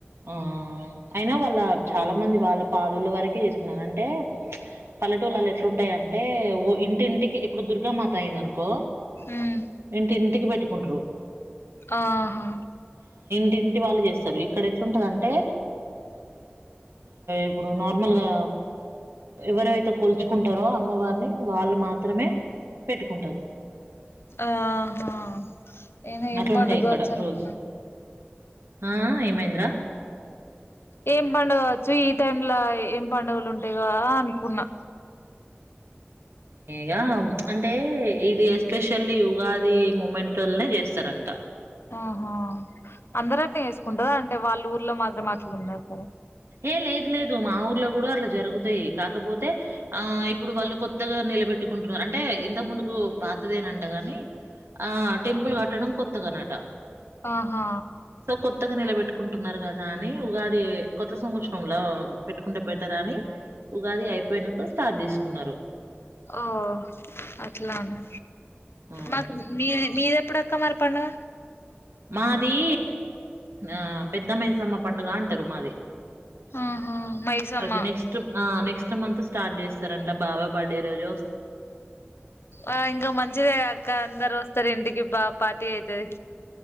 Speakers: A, on the right; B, on the left.
A: ఆ అయినా వాళ్ళ చాలా మంది వాళ్ళ పలుల వరకే చేసుకున్నారండి అంటే పల్లెటూళలు ఎట్లుంటాయండి అంటే ఇంటింటికి ఇప్పుడు దుర్గా మాత అయింది అనుకో
B: ఉమ్
A: ఇంటింటికి పెట్టుకుంట్రు
B: ఆహా
A: ఇంటి వాళ్ళు చేస్తారు ఇక్కడ ఎట్లుంటుందంటే ఇప్పుడు నార్మల్గా ఎవరవైతే కొల్చుకుంటారో అమ్మవారిని వాళ్ళు మాత్రమే పెట్టుకుంటారు
B: ఆహా నేను ఏం
A: అటు
B: పండుగ
A: ఉంటాయి ఇక్కడ
B: కావచ్చు అనుకున్నా
A: రూల్స్ ఆ ఏమైంద్రా
B: ఏం పడుగ కావచ్చు ఈ టైమ్లా ఏం పండుగలు ఉంటాయి కదా అనుకున్నా
A: గ అంటే ఇది ఎస్పెషల్లీ యుగాది మూమెంట్లనే చేస్తారంట
B: ఆహా అందర అట్ని వేసుకుంటారా అంటే వాళ్ళ ఊర్లో మాత్రం అట్లా ఉన్నారు కదా
A: ఏ లేదు లేదు మా ఊర్లో కూడా అట్లా జరుగుతాయి కాకపోతే ఆ ఇప్పుడు వాళ్ళు కొత్తగా నిలబెట్టుకుంటున్నారు అంటే ఇంతకు ముందుకు పాతదేనంట గాని ఆ టెంపుల్ కట్టడం కొత్తగా అనట
B: ఆహా
A: సో కొత్తగా నిలబెట్టుకుంటున్నారు కదా అని ఉగాది కొత్త సంవత్సరలా పెట్టుకుంటే బెటర్ అని ఉగాది అయిపోయినాక స్టార్ట్ చేసుకున్నారు
B: ఓ అట్లానే
A: ఆ
B: మాకు మీ మీద అప్పుడుక్క మరి పండగ
A: మాది ఆ పెద్ద మైసమ్మ పండుగ అంటారు మాది
B: ఆహా మైసమ్మ
A: అది నెక్స్ట్ ఆ నెక్స్ట్ మంత్ స్టార్ట్ చేస్తారంట బావా వాడ్డే రజో
B: ఆ ఇంకా మంచిదే అక్క అందరు వస్ట్ స్తారు ఇంటికి బా పార్టీ అవుతుది